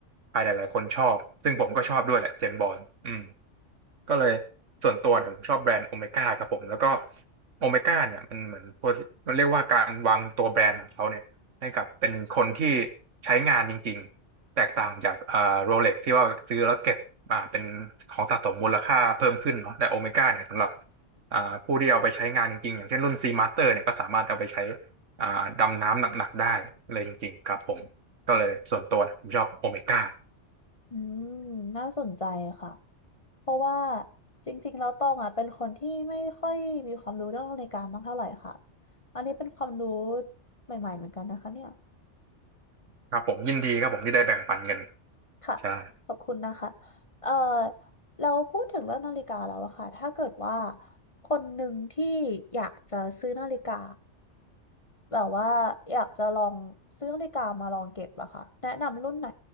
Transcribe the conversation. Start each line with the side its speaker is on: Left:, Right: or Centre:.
Right: ใครหลายๆคนชอบซึ่งผมก็ชอบด้วยแหละเจมส์บอนด์อืม ก็เลยส่วนตัวเนี่ยผมชอบแบรนด์โอเมก้าครับผมแล้วก็โอเมก้าเนี่ยมันเหมือนพวกมันเรียกว่าการวางตัวแบรนด์ของเขาเนี่ยให้กับเป็นคนที่ใช้งานจริงๆแตกต่างจากอ่าโรเล็กที่ว่าซื้อแล้วเก็บอ่าเป็นของสะสมมูลค่าเพิ่มขึ้นเนาะแต่โอเมก้าเนี่ยสำหรับอ่าผู้ที่เอาไปใช้งานจริงๆอย่างเช่นรุ่น C Master เนี่ยก็สามารถเอาไปใช้อ่าดำน้ำหนักๆได้เลยจริงๆครับผมก็เลยส่วนตัวเนี่ยผมชอบโอเมก้า
Left: อืมน่าสนใจค่ะเพราะว่าจริงๆแล้วตองอ่ะเป็นคนที่ไม่ค่อยมีความรู้เรื่องนาฬิกามากเท่าไหร่ค่ะอันนี้เป็นความรู้ใหม่ๆเหมือนกันนะคะเนี่ย
Right: ครับผมยินดีครับผมที่ได้แบ่งปันกัน
Left: ค่ะ
Right: ใช่
Left: ขอบคุณนะคะเอ่อเราพูดถึงเรื่องนาฬิกาแล้วอะค่ะถ้าเกิดว่าคนหนึ่งที่อยากจะซื้อนาฬิกาแบบว่าอยากจะลองซื้อนาฬิกามาลองเก็บอะค่ะแนะนำรุ่นไหน